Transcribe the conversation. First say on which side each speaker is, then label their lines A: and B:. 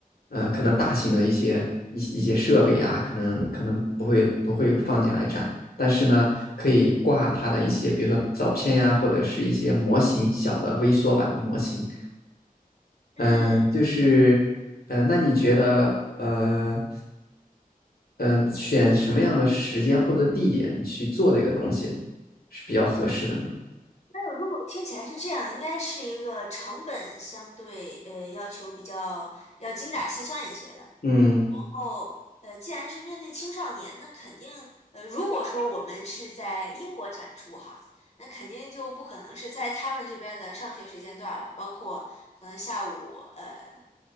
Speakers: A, on the left; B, on the left.
A: 呃，可能大型的一些一一些设备啊，可能可能不会不会放进来展，但是呢，可以挂它的一些，比如说照片呀、或者是一些模型，小的微缩版的模型，
B: 嗯，
A: 嗯、就是，嗯，那你觉得，呃？嗯、选什么样的时间或者地点去做这个东西是比较合适的呢？
B: 那如果听起来是这样，应该是一个成本相对呃要求比较要精打细算一些的。
A: 嗯
B: 然后呃，既然是面对青少年，那肯定呃，如果说我们是在英国展出哈，那肯定就不可能是在他们这边的上学时间段了，包括可能下午呃。